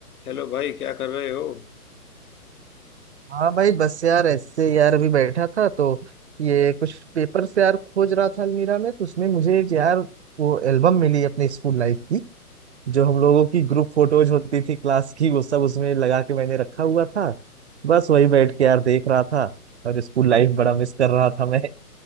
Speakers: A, on the left; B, on the right.
A: Hello भाई क्या कर रहे हो
B: हाँ भाई बस यार ऐसे यार अभी बैठा था तो ये कुछ पेपर से यार खोज रहा था अलमीरा में तो उसमें मुझे एक यार वो एल्बम मिली अपने स्कूल लाइफ की जो हम लोगों की ग्रुप फोटोज होती थी क्लास की वो सब उसमें लगा के मैंने रखा हुआ था बस वही बैठ के यार देख रहा था और स्कूल लाइफ बड़ा मिस कर रहा था मैं